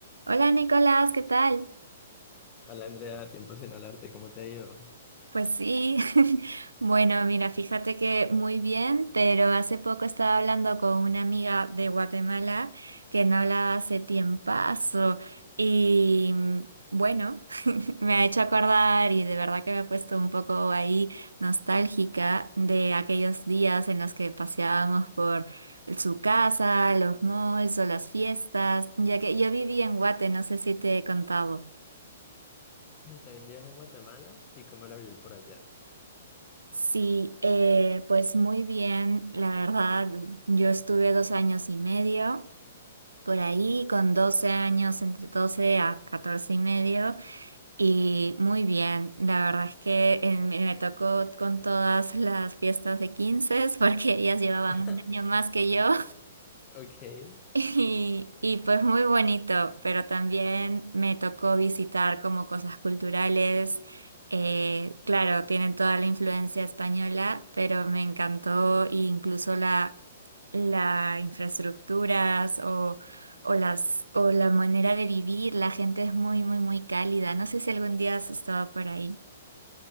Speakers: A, on the right; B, on the left.
A: Hola Nicolás, ¿qué tal?
B: Hola Andrea, tiempo sin hablarte, ¿cómo te ha ido?
A: Pues sí, <laughs> bueno, mira, fíjate que muy bien, pero hace poco estaba hablando con una amiga de Guatemala que no hablaba hace tiempazo y mm, bueno, <laughs> me ha hecho acordar y de verdad que me ha puesto un poco ahí nostálgica de aquellos días en los que paseábamos por su casa, los malls o las fiestas, ya que yo viví en Guate, no sé si te he contado.
B: Y también viajé en Guatemala y cómo era vivir por allá.
A: Sí, eh, pues muy bien, la verdad, yo estuve dos años y medio por ahí, con 12 años, entre 12 a 14 y medio, y muy bien, la verdad es que eh, me me tocó con todas las fiestas de 15, <laughs> porque ellas llevaban
B: <laughs>
A: un año más que yo.
B: Ok.
A: Y, y pues muy bonito, pero también me tocó visitar como cosas culturales. Eh, claro, tienen toda la influencia española, pero me encantó e incluso la, la infraestructuras o, o las, o la manera de vivir. La gente es muy, muy, muy cálida. No sé si algún día has estado por ahí.